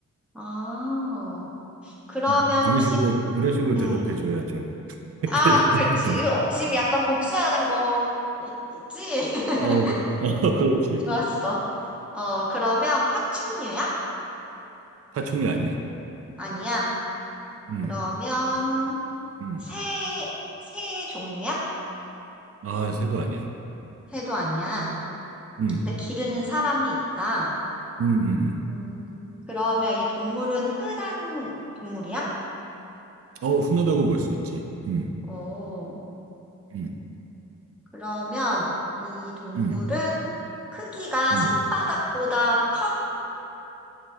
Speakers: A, in the centre; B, on the right.
A: 아, 그러면
B: 음, 이런
A: 혹시,
B: 식으로, 이런 식으로
A: 음.
B: 대답해 줘야 좀 <laughs> 헷갈리는구
A: 아, <laughs> 그렇지. 어, 지금 약간 복수하는 거 이- 있지? <laughs>
B: <laughs> 어, 그- 어, <laughs> 그렇지.
A: 좋았어. 어, 그러면 파충류야?
B: 파충류 아니야.
A: 아니야.
B: 음,
A: 그러면
B: 음.
A: 새, 새 종류야?
B: 아, 새도 아니야.
A: 새도 아니야.
B: 음,
A: 근데 기르는 사람이 있다.
B: 음, 음. 음.
A: 음, 그러면 이 동물은 흔한 동물이야?
B: 어, 흔하다고 볼 수 있지. 음,
A: 오,
B: 음,
A: 그러면 이 동물은
B: 음,
A: 크기가
B: 음.
A: 손바닥보다 커?